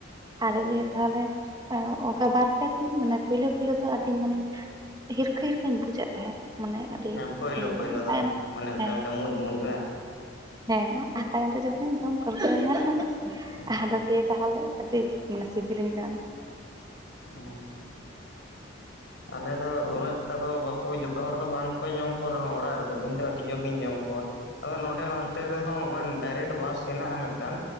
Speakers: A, on the right; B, on the left.
A: ᱟᱨᱚᱫ ᱛᱟᱦᱚᱞᱮ ᱚᱱᱠᱟ ᱵᱟᱨ ᱯᱮ ᱫᱤᱱ ᱢᱟᱱᱮ ᱯᱳᱭᱞᱳ, ᱯᱳᱭᱞᱳ ᱫᱚ ᱟᱰᱤᱧ ᱢᱟᱱᱮ ᱦᱤᱨ ᱠᱷᱤᱨ ᱜᱤᱧ ᱵᱩᱡᱮᱫ ᱛᱟᱦᱮᱸᱜ ᱢᱟᱱᱮ ᱟᱹᱰᱤ
B: ᱦᱮᱸ ᱯᱳᱭᱞᱳ,
A: ᱤᱭᱟᱹ
B: ᱯᱳᱭᱞᱳ
A: ᱧᱚᱜ
B: ᱫᱚ
A: ᱛᱟᱭᱚᱢ
B: ᱚᱱᱮ ᱚᱠᱟ
A: ᱦᱮᱸ
B: ᱞᱮᱠᱟ ᱢᱩᱸᱡ ᱢᱩᱸᱡ ᱵᱟ
A: ᱦᱮᱸ ᱟᱨ ᱛᱟᱭᱚᱢ ᱛᱮ ᱡᱚᱠᱷᱚ ᱡᱚᱢ ᱯᱚᱨᱠᱟᱹᱣ ᱮᱱᱟ᱾
B: ᱦᱩᱸ
A: ᱟᱫᱚ ᱫᱤᱭᱮ ᱛᱟᱦᱚᱞᱮ ᱟᱹᱰᱤ ᱢᱟᱱᱮ ᱥᱤᱵᱤᱞᱤᱧ ᱠᱟᱱ ᱾
B: ᱟᱪᱪᱷᱟ ᱾ ᱟᱞᱮ ᱫᱚ ᱩᱱᱟᱹᱜ ᱴᱟ ᱫᱚ ᱵᱟᱠᱚ ᱡᱚᱛᱚ ᱦᱚᱲ ᱫᱚ ᱵᱟᱝ ᱠᱚ ᱡᱚᱢ ᱠᱚ ᱨᱮᱦᱚᱸ ᱚᱲᱟᱜ ᱨᱮᱫᱚ᱾ ᱤᱧ ᱫᱚ ᱟᱹᱰᱤ ᱡᱳᱨ ᱜᱤᱧ ᱡᱚᱢ ᱠᱚᱣᱟ ᱟᱫᱚ ᱱᱚᱰᱮ ᱦᱳᱥᱴᱮᱞ ᱨᱮᱦᱚᱸ ᱰᱟᱭᱨᱮᱠᱴ ᱵᱟᱥ ᱦᱮᱱᱟᱜᱼᱟ ᱢᱤᱫᱴᱟᱝ